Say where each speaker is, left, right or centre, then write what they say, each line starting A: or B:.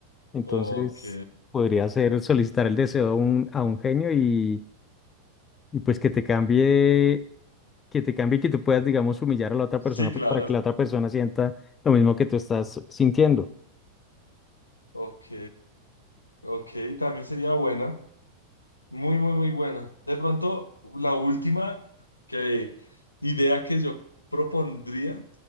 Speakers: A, on the left; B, on the left.
A: Entonces,
B: Ok,
A: podría ser solicitar el deseo a un, a un genio y, y pues que te cambie que te cambie y que tú puedas, digamos, humillar a la otra
B: sí,
A: persona pues,
B: claro.
A: para que la otra persona sienta lo mismo que tú estás sintiendo.
B: Ok, ok, también sería buena. Muy, muy, muy buena. De pronto, la última que, idea que yo propondría